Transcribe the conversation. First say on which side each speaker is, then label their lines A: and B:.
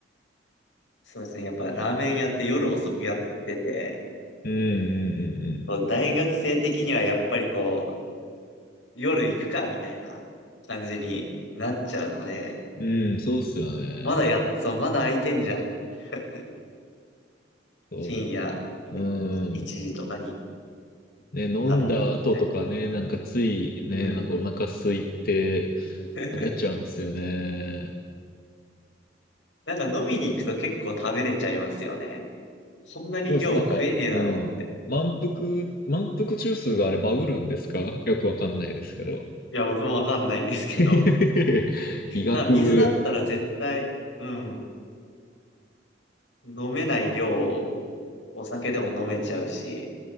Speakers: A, on the left; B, on the left.
A: そうですね。やっぱラーメン屋って夜遅くやってて、
B: うんうんう
A: こう大学生的にはやっぱりこう、夜行くか、みたいな感じになっちゃうので、
B: んうん。うん、そうっすよね。
A: まだやっ、そう、まだ空いてんじゃん。<laughs>
B: そ
A: 深夜
B: う。う
A: 1時とかに
B: ん。ね、飲んだ後とかね、
A: 食べに行ったり。
B: なんかついね、
A: うん。
B: なんかお腹空いて
A: <laughs>
B: 食べちゃうんすよね。
A: なんか飲みに行くと結構食べれちゃいますよね。そんなに量食えねえだろうって。
B: そうですね。なんか、うん。満腹、満腹中枢があれバグるんですかよくわかんないですけど。
A: いや、僕もわかんないんですけど。
B: <laughs> 医学部、
A: なんか水だったら絶対、うん、飲めない量をお酒でも飲めちゃうし、